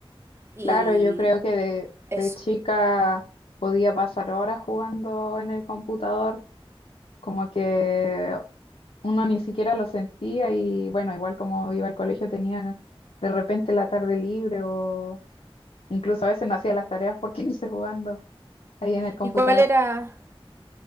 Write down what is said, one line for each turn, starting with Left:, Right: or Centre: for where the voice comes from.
Right: y
Left: Claro, yo creo que de,
Right: eso.
Left: de chica podía pasar horas jugando en el computador, como que uno ni siquiera lo sentía y bueno, igual como iba al colegio tenía de repente la tarde libre o incluso a veces no hacía las tareas por <laughs> irse jugando ahí en el computador.
Right: ¿Y cuál era,